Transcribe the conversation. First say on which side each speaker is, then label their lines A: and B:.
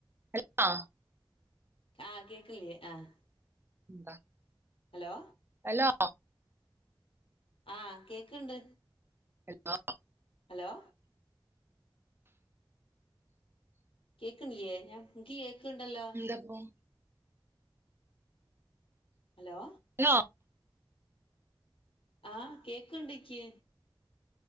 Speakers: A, on the right (about 25°); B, on the left (about 80°).
A: ഹലോ.
B: ആഹ്, കേക്കണ്ലേ? ആഹ്.
A: എന്താ?
B: ഹലോ.
A: ഹലോ.
B: ആഹ. കേക്ണ്ട്.
A: എന്ത <inaudible>
B: ഹലോ. കേക്കുന്നില്ലേ? ഞാൻ ക്കി കേക്ക്ണ്ടല്ലോ?
A: എപ്പോ?
B: ഹലോ.
A: ഹലോ.
B: ആഹ. കേക്ക്ണ്ട്ക്കി.